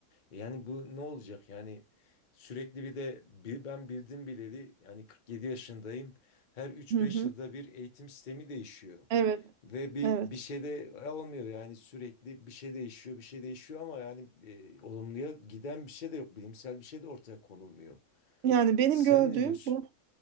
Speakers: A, on the left (about 45°); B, on the right (about 70°).
A: E Yani bu ne olacak? Yani sürekli bir de bir, ben bildim bileli yani 47 yaşındayım. Her 3-5
B: Hı hı.
A: yılda bir eğitim sistemi değişiyor.
B: Evet,
A: Ve bir
B: evet.
A: bir şey de olmuyor yani sürekli bir şey değişiyor, bir şey değişiyor ama yani e, olumluya giden bir şey de yok. Bilimsel bir şey de ortaya konulmuyor.
B: Yani benim
A: Sen
B: gördüğüm
A: ne diyorsun?
B: bu